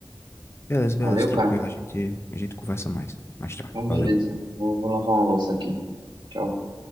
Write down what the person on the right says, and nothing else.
Valeu,
cara.
Então, beleza.
Vou, vou lavar uma louça aqui. Tchau.